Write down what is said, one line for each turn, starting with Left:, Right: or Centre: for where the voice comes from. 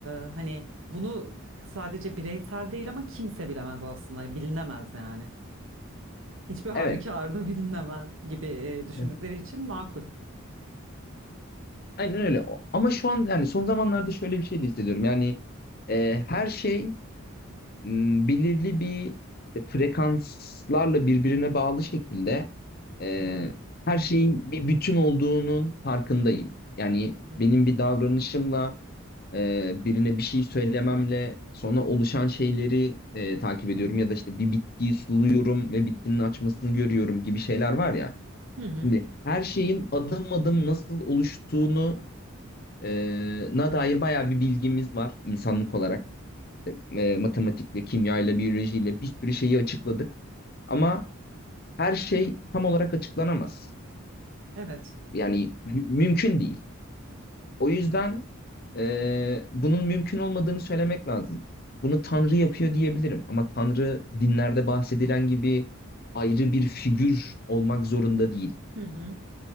Right: Ee, hani bunu sadece bireysel değil ama kimse bilemez aslında. Hani Bilinemez yani. Hiçbir halükarda
Left: evet
Right: <laughs> bilinemez gibi e, düşündükleri
Left: <laughs>
Right: için makul.
Left: aynen öyle. O- Ama şu an yani son zamanlarda şöyle bir şey de hissediyorum. Yani e, her şey m, belirli bir işte frekanslarla birbirine bağlı şekilde e,
Right: Tamam.
Left: her şeyin bir bütün olduğunun farkındayım. Yani
Right: Hı hı.
Left: benim bir davranışımla e, birine bir şey söylememle sonra oluşan şeyleri e, takip ediyorum ya da işte bir bitkiyi suluyorum ve bitkinin açmasını görüyorum gibi şeyler var ya.
Right: Hı hı.
Left: Şimdi her şeyin adım adım nasıl oluştuğunu e, na dair bayağı bir bilgimiz var insanlık olarak e, matematikle, kimyayla, biyolojiyle bir sürü şeyi açıkladık. Ama her şey tam olarak açıklanamaz.
Right: Evet.
Left: Yani mü- mümkün değil. O yüzden e, bunun mümkün olmadığını söylemek lazım. Bunu Tanrı yapıyor diyebilirim. Ama Tanrı dinlerde bahsedilen gibi ayrı bir figür olmak zorunda değil.
Right: Hı hı.